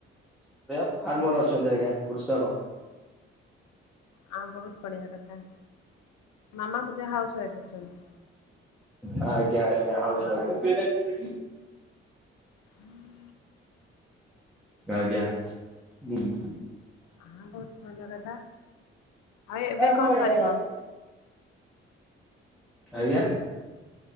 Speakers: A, in the centre; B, on the left (about 65°).
A: ସେ ଫାର୍ମର ଅଛନ୍ତି ଆଜ୍ଞା କୃଷକ।
B: ହଁ ବହୁତ ବଢିଆ କଥା ମାମା ବୋଧେ ହାଉସ ୱାଇଫ୍ ଅଛନ୍ତି।
A: ହଁ ଆଜ୍ଞା ଆଜ୍ଞା ହଉଛ
B: ଆଚ୍ଛା
A: ଆଜ୍ଞ।
B: ହୁଁ।
A: ଆଜ୍ଞା ଉଁ।
B: ହଁ ବୋହୁତ ଭଲ କଥା। ଆଉ
A: ଆଜ୍ଞା
B: ଏବେ କଣ କରିବ?
A: ଆଜ୍ଞା।